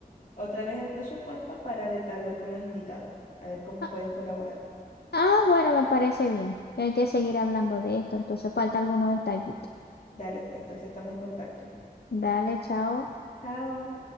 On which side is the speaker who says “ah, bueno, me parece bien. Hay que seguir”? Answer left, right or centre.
Left